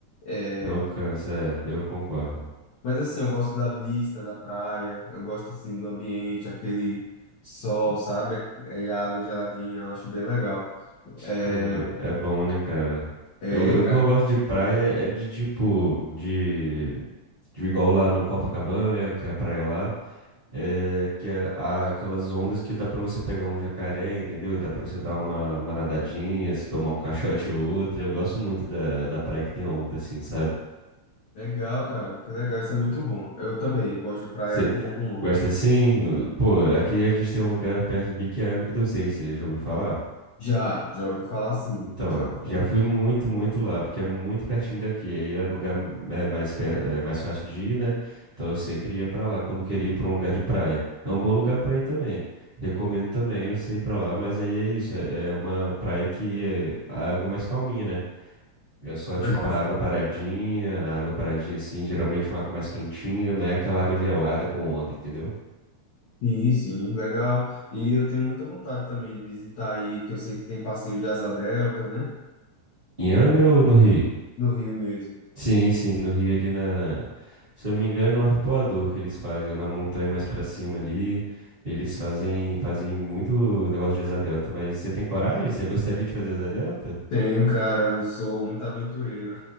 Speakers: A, on the left; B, on the right.
A: É,
B: Não cansa, é, eu concordo.
A: mas assim, eu gosto da vista da praia, eu gosto assim do ambiente, aquele sol, sabe? E a água geladinha, eu acho bem legal. É,
B: Pô, é bom, né, cara?
A: É,
B: Eu, eu,
A: cara.
B: eu gosto de praia, é de tipo, de, de igual lá no Copacabana, né, que é a praia lá, é que é a- aquelas ondas que dá pra você pegar um jacaré, entendeu? Dá pra você dar uma, uma nadadinha, se tomar um <laughs> caixote ou outra. Eu gosto muito da, da praia que tem onda, assim, sabe?
A: Legal, cara. Que legal. Isso é muito bom. Eu também. Eu gosto de praia
B: Você
A: com, com onda.
B: gosta assim? No- Pô, aqui a gente tem um lugar perto aqui que é Angra dos Reis, você já ouviu falar?
A: Já, já ouvi falar sim.
B: Então,
A: Já ouvi
B: já
A: falar.
B: fui muito, muito lá, porque é muito pertinho daqui. Aí era um lugar eh, mais, per- eh, mais fácil de ir, né? Então eu sempre ia pra lá quando queria ir pra um lugar de praia. É um bom lugar pra ir também. Recomendo também você ir pra lá, mas aí é isso. É é uma praia que é a água é mais calminha, né? É só tipo
A: Legal.
B: a água paradinha, a água paradinha assim, geralmente uma água mais quentinha, não é aquela água gelada com onda, entendeu?
A: Sim, sim, legal. E eu tenho muita vontade também de visitar aí, que eu sei que tem passeio de Asa Delta, né?
B: Em Angra ou no Rio?
A: No Rio mesmo.
B: Sim, sim, no Rio ali na. Se eu não me engano, é no Arpoador que eles fazem, ou na montanha mais pra cima ali. Eles fazem, fazem muito negócio de asa delta, mas você tem coragem? Você gostaria de fazer asa delta?
A: Tenho, cara. Eu sou muito aventureiro.